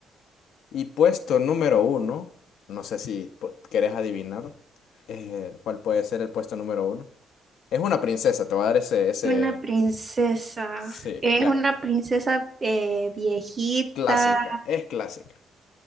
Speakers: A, on the left; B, on the right.
A: Y puesto número uno, no sé si pu- querés adivinar eh, cuál puede ser el puesto número uno. Es una princesa, te voy a dar ese, ese,
B: Una princesa.
A: sí,
B: Es
A: ya,
B: una princesa eh, viejita,
A: clásica, es clásica.